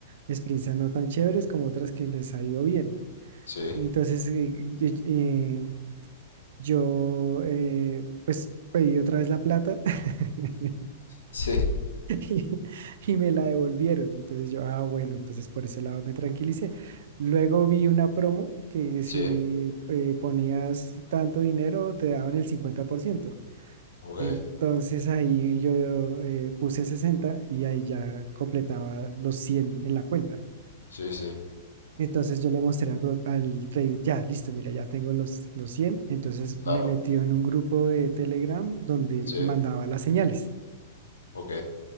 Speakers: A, on the right; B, on the left.
A: experiencias no tan chéveres como otras que les ha ido bien.
B: sí,
A: Entonces, eh, yo, eh, yo, eh, pues pedí otra vez la plata <laughs>
B: <laughs> sí,
A: y, y me la devolvieron. Entonces yo, ah, bueno, entonces por ese lado me tranquilicé. Luego vi una promo que
B: sí,
A: si eh, ponías tanto dinero te daban el cincuenta por ciento
B: ok,
A: Entonces ahí yo eh, puse 60 y ahí ya completaba los 100 en la cuenta.
B: sí, sí,
A: Entonces yo le mostré al, bro- al trader, ya, listo, mira, ya tengo los, los 100. Entonces
B: claro,
A: me metió en un grupo de Telegram donde
B: sí,
A: mandaba las señales.
B: ok,